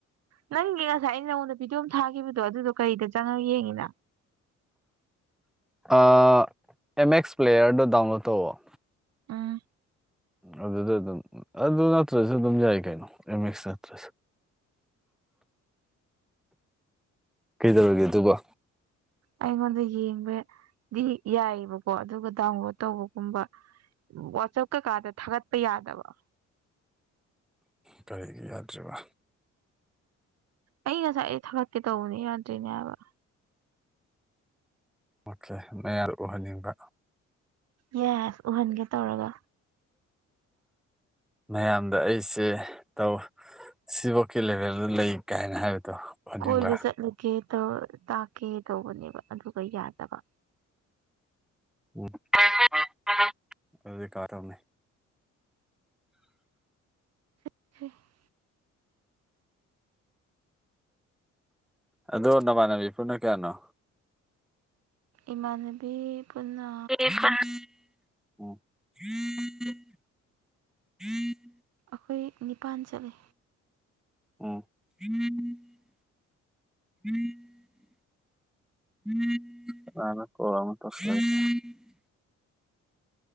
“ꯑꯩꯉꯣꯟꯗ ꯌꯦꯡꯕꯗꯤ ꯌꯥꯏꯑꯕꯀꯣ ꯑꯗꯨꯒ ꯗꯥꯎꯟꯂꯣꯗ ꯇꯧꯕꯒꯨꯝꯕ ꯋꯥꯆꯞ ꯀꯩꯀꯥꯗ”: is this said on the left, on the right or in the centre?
Right